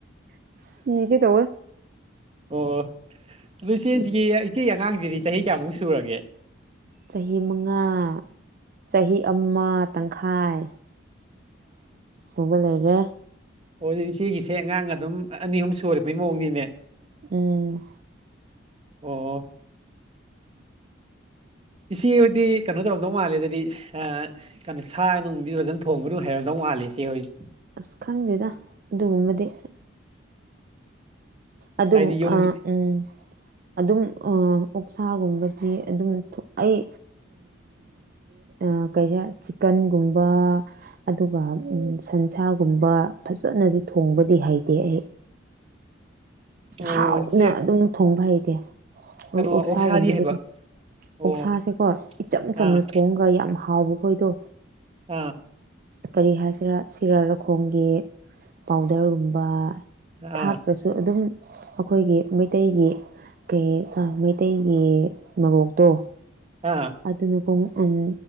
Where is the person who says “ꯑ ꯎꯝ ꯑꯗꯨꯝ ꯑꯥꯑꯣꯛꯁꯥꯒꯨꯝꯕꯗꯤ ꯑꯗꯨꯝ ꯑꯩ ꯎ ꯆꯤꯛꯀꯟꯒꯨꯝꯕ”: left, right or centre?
Right